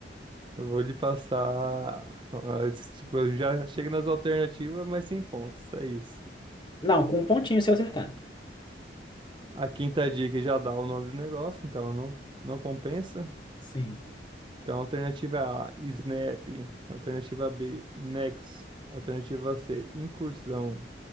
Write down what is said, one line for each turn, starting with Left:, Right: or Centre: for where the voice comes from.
Right: Eu vou lhe passar. ah, esse Tipo, eu já chega nas alternativas, mas sem pontos. É isso.
Left: Não, com um pontinho se eu acertar.
Right: A quinta dica já dá o nome do negócio, então não, não compensa.
Left: Sim.
Right: Então, alternativa A, Snap. Alternativa B, Nex. Alternativa C, Incursão.